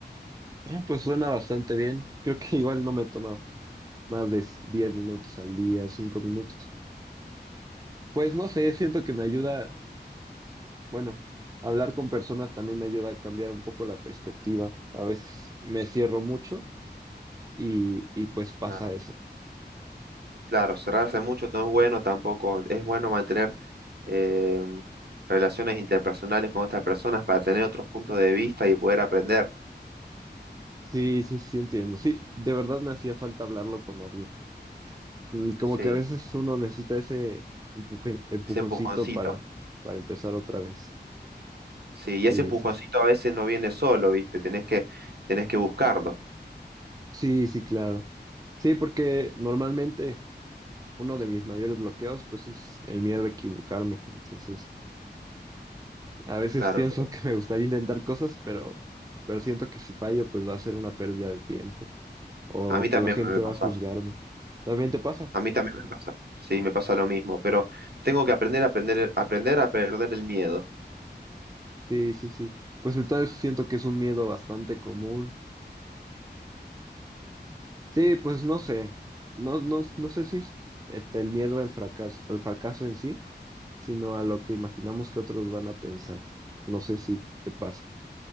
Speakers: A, on the right; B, on the right.
A: Ah, pues suena bastante bien. Creo que <laughs> igual no me toma más de s- 10 minutos al día, 5 minutos. Pues no sé, siento que me ayuda, bueno, hablar con personas también me ayuda a cambiar un poco la perspectiva. A veces me cierro mucho y, y pues pasa
B: Claro,
A: eso.
B: claro, cerrarse mucho no es bueno tampoco. Es bueno mantener eh, relaciones interpersonales con otras personas para tener otros puntos de vista y poder aprender.
A: Sí, sí, sí entiendo. Sí, de verdad me hacía falta hablarlo con alguien. Mm, Como
B: Sí,
A: que a veces uno necesita ese empuje- empujoncito
B: ese empujoncito.
A: para, para empezar otra vez.
B: Sí, y
A: Sí,
B: ese empujoncito
A: sí, sí.
B: a veces no viene solo, ¿viste? Tenés que, tenés que buscarlo.
A: Sí, sí, claro. Sí, porque normalmente uno de mis mayores bloqueos, pues es el miedo a equivocarme. Entonces, a veces
B: Claro,
A: pienso
B: pero
A: que me gustaría intentar cosas, pero, pero siento que si fallo, pues va a ser una pérdida de tiempo o
B: a mí también
A: que la gente
B: me me
A: va
B: pasa.
A: a juzgarme. ¿También te pasa?
B: A mí también me pasa. Sí, me pasa lo mismo, pero tengo que aprender a aprender, aprender a perder el miedo.
A: Sí, sí, sí. Pues entonces siento que es un miedo bastante común Sí, pues no sé. No, no, no sé si es et- el miedo en fracaso, al fracaso en sí, sino a lo que imaginamos que otros van a pensar. No sé si te pasa.